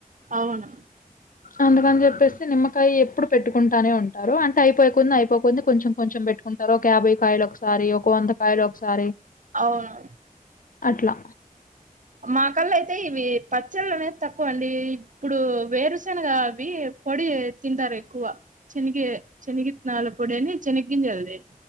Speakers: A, on the right; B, on the left.
A: అవును
B: అందుకని చెప్పేసి నిమ్మకాయ ఎప్పుడు పెట్టుకుంటానే ఉంటారు అంటే అయిపోయి కొంది అయిపోకుంది కొంచెం కొంచెం పెట్టుకు అందరు ఒక యాభై కాయలు ఒకసారి ఒక వంద కాయలు ఒకసారి
A: అవును
B: అట్లా
A: మా కల్లా అయితే ఇవి పచ్చళ్ళు అనేది తక్కువ అండి ఇప్పుడు వేరుసేనగా అవి పొడి తింటారు ఎక్కువ శనగి శనగిత్తనాల పొడి అని శనగ గింజల్దదు